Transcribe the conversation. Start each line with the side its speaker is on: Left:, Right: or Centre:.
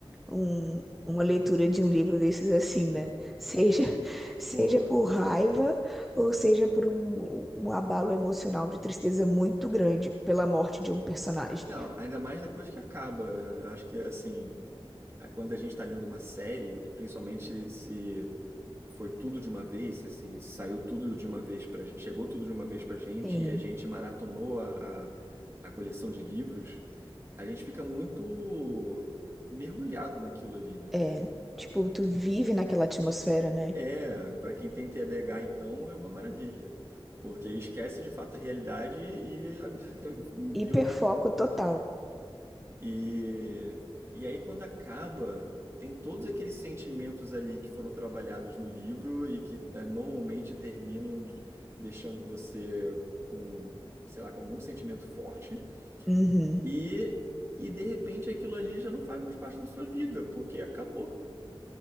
Centre: um, uma leitura de um livro desses assim, né? Seja, <laughs> seja
Right: Pô.
Centre: por raiva ou seja por um, um abalo emocional de tristeza muito grande pela morte de um personagem.
Right: Não, ainda mais depois que acaba. Eu acho que, assim. a- Quando a gente tá lendo uma série, e principalmente se foi tudo de uma vez, se, assim, saiu tudo de uma vez pra. Chegou tudo de uma vez pra gente
Centre: Sim,
Right: e a gente maratonou a, a, a coleção de livros, a gente fica muito mergulhado naquilo ali, né?
Centre: é. Tipo, tu vive naquela atmosfera, né?
Right: É, para quem tem TDAH, então, é uma maravilha, porque esquece de fato a realidade e, <laughs>
Centre: Hiperfoco
Right: tem um-
Centre: total.
Right: e, e aí quando acaba, tem todos aqueles sentimentos ali que foram trabalhados no livro e que ah, normalmente terminam de- deixando você com, sei lá, com algum sentimento forte
Centre: Uhum.
Right: e, e de repente aquilo ali já não faz mais parte da sua vida, porque acabou.